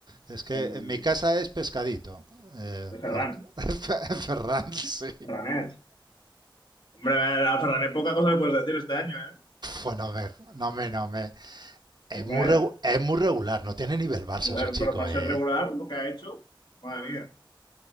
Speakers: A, on the right (about 55°); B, on the left (about 65°).
A: Es que
B: El,
A: en mi casa es pescadito. Eh,
B: el Ferran,
A: por... <laughs> Fer- Ferran, sí.
B: Ferranet. Hombre, al Ferranet poca cosa le puedes decir este año, ¿eh?
A: Pues no me, no me, no me. Es
B: Hombre.
A: muy, regu- es muy regular, no tiene nivel Barça
B: Joder,
A: ese chico,
B: pero para
A: eh.
B: ser regular, lo que ha hecho, madre mía.